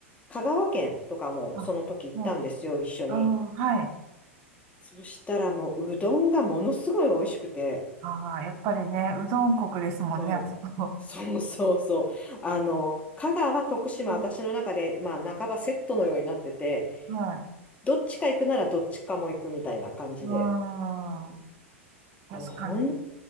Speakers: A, on the left; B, on the right.
A: 香川県とかもその時行ったんですよ、
B: あ、はい。
A: 一緒に。
B: ああ、はい。
A: そしたらもう、うどんがものすごい美味しくて。
B: ああ、やっぱりね、うどん国ですもんね、
A: そうそうそうそう。
B: あそこ。
A: あの、香川、徳島、
B: うん
A: 私の中で、まあ、半ばセットのようになってて、
B: はい。
A: どっちか行くならどっちかも行くみたいな感じで。
B: うん。確かに。
A: でも本